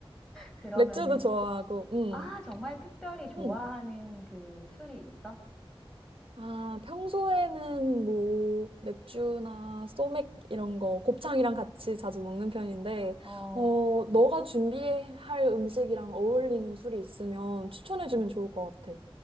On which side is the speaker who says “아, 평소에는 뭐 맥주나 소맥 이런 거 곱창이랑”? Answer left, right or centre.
Right